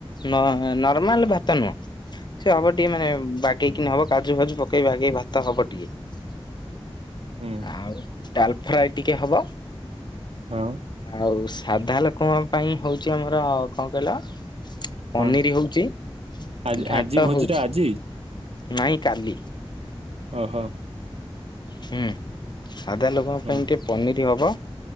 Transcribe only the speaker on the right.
ହୁଁ।
ହଁ।
କଣ
ଆଜି
ଆଜି ଭୋଜି
ଟା ଆଜି
ଓ ହୋ।
ହଁ